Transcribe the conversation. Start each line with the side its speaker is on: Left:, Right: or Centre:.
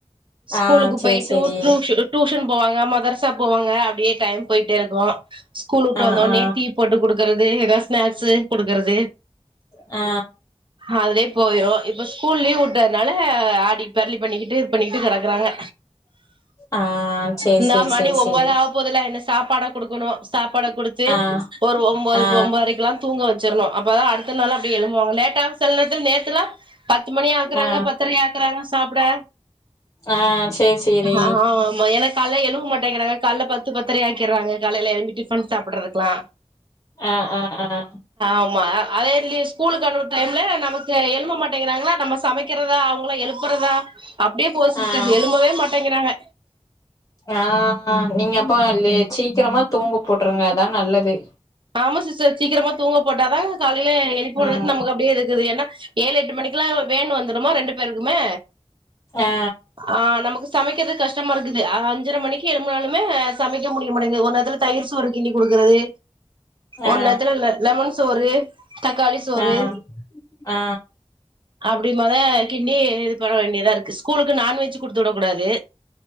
Right: ஸ்கூலுக்கு
Left: ஆ சேரி
Right: போயிட்டு
Left: சேரி
Right: டூ டூஷன் போவாங்க மதர்ஸா போவாங்க அப்டியே டைம் போயிட்டேர்க்கூ கூல் வுட்டு
Left: ஆ
Right: வந்தோன்னே
Left: ஆ
Right: டீ போட்டு குடுக்கறது ஏதா ஸ்நாக்ஸு குடுக்கறது
Left: ஆ
Right: அதுலே போயிரு இப்ப ஸ்கூல் லீவ் வுட்டதுனால ஆடி பெரளி பண்ணிகிட்டு இது பண்ணிகிட்டு கெடக்கறாங்க
Left: ஆ சேரி
Right: இந்தா
Left: சேரி
Right: மணி
Left: சேரி
Right: ஒம்போது
Left: சேரி
Right: ஆவ போதுல்ல என சாப்பாட குடுக்கணு சாப்பாட குடுத்து
Left: ஆ
Right: ஒரு ஒம்போது
Left: ஆ
Right: போ ஒம்போரைக்குலா தூங்க வச்சிரணு அப்பதா அடுத்தநாளு அப்டியே எழும்புவாங்க லேட்டா ஸ் சில நேத்துல நேத்துலா பத்து மணியாக்கறாங்க
Left: ஆ
Right: பத்தரையாக்கறாங்க சாப்ட
Left: ஆ சேரி சேரி
Right: ஹா ஆமா எனக் கால்ல எழும்ப மாட்டைங்கிறாங்க கால்ல பத்து பத்தரையாக்கிர்றாங்க காலைல எழும்பி டிஃபன் சாப்பிட்றதுக்லா
Left: அ அ அ
Right: ஆமா அதே லீ ஸ்கூலுக்கு அனுப்ப டைம்ல நமக்கு எழும்ப மாட்டேங்கிறாங்களா நம்ம சமைக் க்றதா அவுங்கள எழுப்புறதா அப்டியே போது சிஸ்டர்
Left: ஆ
Right: எழும்பவே மாட்டேங்கிறாங்க
Left: ஆ நீங்க அப்போ லே சீக்கிரமா தூங்க போட்ருங்க அதா நல்லது
Right: ஆமா சிஸ்டர் சீக்கிரமா தூங்க போட்டாதா காலைல எழிப்புறதுக்
Left: ம்
Right: நமக்கு அப்டியே இருக்குது ஏனா ஏழு எட்டு மணிக்லா வேன் வந்துருமா ரெண்டு பேருக்குமே
Left: ஆ
Right: ஆ நமக்கு சமைக்கிறது கஷ்டமாருக்குது அஞ்சர மணிக்கு எழும்புனாலுமே சமைக்க முடிய மாட்டேங்குது ஒரு நேரத்துல தயிர் சோறு கிண்டி குடு க்றது
Left: ஆ
Right: ஒன் நேத்துல லெ லெமன் சோறு தக்காளி சோறு
Left: ஆ ஆ
Right: அப்டிமாதா கிண்டி இது பண்ண வேண்டியதாருக்கு ஸ்கூலுக்கு நான்வெஜூ குடுத்துவுடக் கூடாது